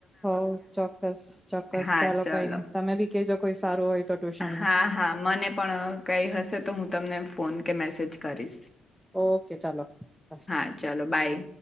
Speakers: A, in the centre; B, on the left.
A: હો, ચોક્કસ ચોક્કસ.
B: હા
A: ચાલો
B: ચલો
A: કંઈ ની. તમે બી કેજો કોઈ સારું હોય. તો ટ્યુશન
B: હા હા, મને પણ કંઈ હશે તો હું તમને ફોન કે મેસેજ કરીશ.
A: ઓકે ચાલો બાય.
B: હા ચલો બાય